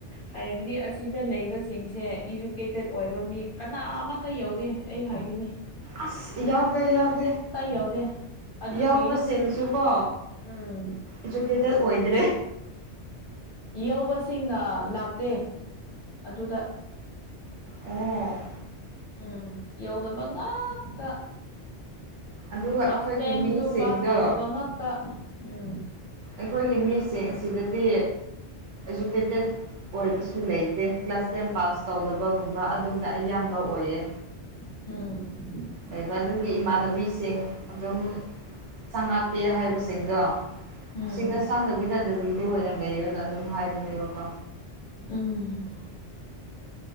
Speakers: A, on the left; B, on the right.
A: ꯍꯥꯏꯕꯗꯤ ꯑꯁꯨꯛ ꯁꯤꯗ ꯂꯩꯕꯁꯤꯡꯁꯦ ꯏꯖꯨꯀꯦꯇꯦꯠ ꯑꯣꯏꯕ ꯃꯤ ꯀꯅꯥ ꯑꯃꯠꯇ ꯌꯥꯎꯗꯦ ꯑꯩ ꯍꯥꯏꯈꯤꯅꯤ
B: ꯑꯁ ꯌꯥꯎꯗꯦ ꯌꯥꯎꯗꯦ
A: ꯌꯧꯗꯦ ꯑꯗꯨꯒꯤ
B: ꯌꯥꯎꯕꯁꯤꯡꯁꯨ ꯀꯣ
A: ꯎꯝ
B: ꯏꯖꯨꯀꯦꯇꯦꯠ ꯑꯣꯏꯗ꯭ꯔꯦ
A: ꯌꯧꯕꯁꯤꯡꯅ ꯂꯥꯛꯇꯦ ꯑꯗꯨꯗ
B: ꯑꯣ
A: ꯎꯝ ꯌꯧꯗꯕ ꯉꯥꯛꯇ
B: ꯑꯗꯨꯒ
A: ꯀ꯭ꯂꯥꯁ
B: ꯑꯩꯈꯣꯏꯒꯤ
A: ꯇꯦꯟꯁꯨ
B: ꯃꯤꯁꯤꯡꯗꯣ
A: ꯄꯥꯁ ꯇꯧꯗꯕ ꯉꯥꯛꯇ ꯎꯝ
B: ꯑꯩꯈꯣꯏꯒꯤ ꯃꯤꯁꯤꯡ ꯑꯁꯤꯗꯗꯤ ꯏꯖꯨꯀꯦꯇꯦꯠ ꯑꯣꯏꯕꯁꯨ ꯂꯩꯇꯦ ꯀ꯭ꯂꯥꯁ ꯇꯦꯟ ꯄꯥꯁ ꯇꯧꯗꯕꯒꯨꯝꯕ ꯑꯗꯨꯅ ꯑꯌꯥꯝꯕ ꯑꯣꯏꯌꯦ
A: ꯑꯝ
B: ꯂꯩꯕ ꯑꯗꯨꯒꯤ ꯏꯃꯥꯟꯅꯕꯤꯁꯤꯡ ꯑꯗꯨꯝ ꯆꯪꯉꯛꯀꯦ ꯍꯥꯏꯕꯁꯤꯡꯗꯣ
A: ꯎꯝ
B: ꯑꯁꯤꯗꯁꯥꯡꯗꯕꯤꯗ ꯗꯤꯂꯤꯗ ꯑꯣꯏꯅ ꯂꯩꯔꯒ ꯑꯗꯨꯝ ꯍꯥꯏꯕꯅꯦꯕꯣ ꯀꯣ
A: ꯎꯝ